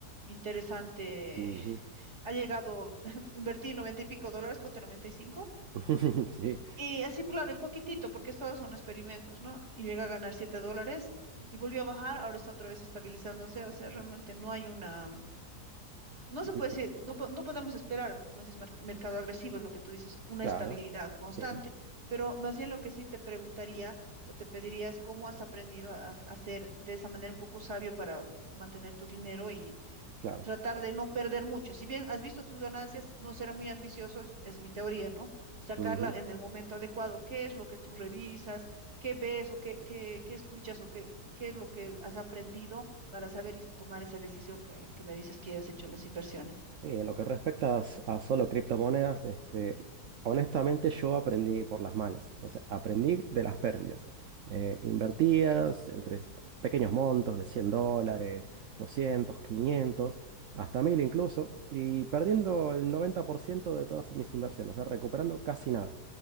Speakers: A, on the right (about 40°); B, on the right (about 70°).
A: interesante.
B: Ujú.
A: <laughs> Ha llegado, <laughs> invertí 90 y pico dólares, ponte 95
B: <laughs> Sí.
A: y así, claro, en poquitito, porque todos son experimentos, ¿no? Y llega a ganar 7 dólares y volvió a bajar, ahora está otra vez estabilizándose, o sea, realmente no hay una, no se
B: Mm,
A: puede decir, no, po- no podemos esperar, como dices, mar- mercado agresivo, es lo que tú dices, una
B: Claro,
A: estabilidad constante,
B: sí,
A: pero más bien lo que sí te preguntaría o te pediría es cómo has aprendido a, a ser de esa manera un poco sabio para mantener tu dinero
B: claro.
A: tratar de no perder mucho. Si bien has visto tus ganancias, no será muy ambicioso, es, es mi teoría, ¿no? Sacarla
B: Ujú.
A: en el momento adecuado. ¿Qué es lo que tú revisas? ¿Qué ves o qué, qué, qué escuchas o qué, qué es lo que has aprendido para saber y tomar esa decisión que, que me dices que has hecho en las inversiones?
B: Sí, en lo que respecta a, s- a solo criptomonedas, este, honestamente yo aprendí por las malas, o sea, aprendí de las pérdidas. Eh, invertías entre s- pequeños montos de 100 dólares, 200, 500, hasta 1000 incluso, y perdiendo el 90% de todas mis inversiones, o sea, recuperando casi nada.